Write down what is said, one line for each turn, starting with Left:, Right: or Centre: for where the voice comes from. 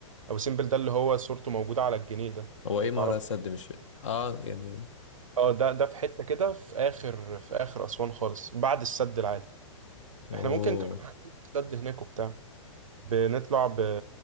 Right: ابو سمبل ده اللي هو صورته موجودة على الجنيه ده
Left: هو
Right: لو
Left: ايه
Right: تعرف
Left: ما وراء السد مش اه يعني
Right: اه ده ده في حتة كده في اخر في اخر اسوان خالص بعد السد العالي
Left: اوه
Right: احنا ممكن كمان السد هناك وبتاع بنطلع ب...